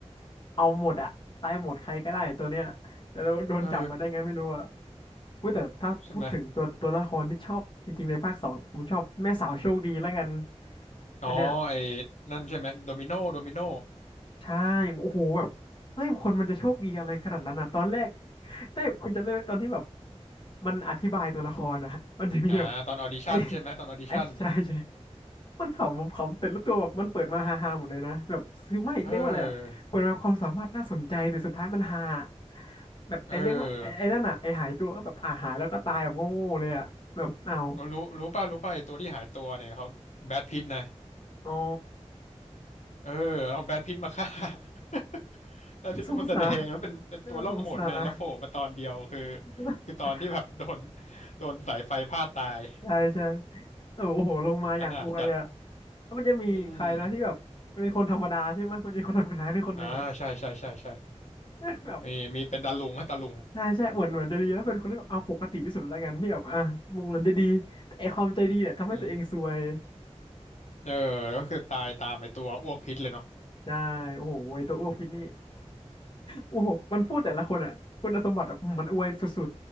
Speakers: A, on the left (about 45°); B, on the left (about 85°).
A: เอาหมดอะตายหมดใครก็ได้ตัวเนี้ยแต่เราโดนจับมาได้ไงไม่รู้อะ
B: เออ
A: เว้ยแต่ถ้าพูดถึงตัวตัวละครที่ชอบจริงๆในภาคสองผมชอบแม่สาวโชคดีแล้วกัน
B: ใช่ไหมอ๋อไอ้
A: อันเนี้ย
B: นั่นใช่ไหมโดมิโนโดมิโน
A: ใช่โอ้โหแบบเฮ้ยคนมันจะโชคดีอะไรขนาดนั้นอ่ะตอนแรกได้คุณจำได้ไหมตอนที่แบบมันอธิบายตัวละครอ่ะมันจะมีแบบ
B: อ่าตอนออดิชั่นใช่ไหมตอนออดิชั่น
A: ไอ้ไอ้ใช่ใช่มันขำผมขำแต่ละตัวแบบมันเปิดมาฮาๆหมดเลยนะแบบซือไม่เรียกว่าอะไรอะเปิดมาความสามารถน่าสนใจแต่สุดท้ายมันฮา
B: เออ
A: แบบไอ้เรียกว่าไอ้ไอ้นั่นอ่ะไอ้หายตัวก็แบบอ่าหายแล้วก็ตายแบบโง่ๆเลยอ่ะแบบเอา
B: เออเออรู้รู้ป่ะรู้ป่ะไอตัวที่หายตัวเนี่ยเขาแบทพิตนะ
A: อ๋อ
B: เออเอาแบทพิตมาฆ่า <laughs> แบทพิตเป็นคนแสดงแล้วเป็นเป็นตัวล่องหนน่ะแล้วโผล่มาตอนเดียวคือ
A: สงสารน่าสงสาร <laughs>
B: คือตอนที่แบบ <laughs> โดนโดนสายไฟพาดตาย
A: ใช่ใช่โอ้โหลงมาอย่างอวยอ่ะ
B: อนาถจัด
A: แล้วมันจะมีใครนะที่แบบเป็นคนธรรมดาใช่ไหมมันจะมีคนธรรมดาด้วยคนหนึ่งอะ
B: อืมอ่าใช่ใช่ใช่ใช่
A: <laughs> แบบ
B: มีมีเป็นตาลุงฮะตาลุง
A: ใช่ใช่เหมือนเหมือนจะดีนะเป็นคนที่แบบเอาปกติที่สุดแล้วกันที่แบบอ่ะมองเหมือนจะดีแต่ไอความใจดีเนี่ยทำให้ตัวเองซวย
B: อืมเออก็คือตายตามไอตัวอ้วกพิษเลยเนาะ
A: ใช่โอ้โหไอตัวอ้วกพิษนี่โอ้โหมันพูดแต่ละคนอะคุณสมบัติแบบอืมมันอวยสุด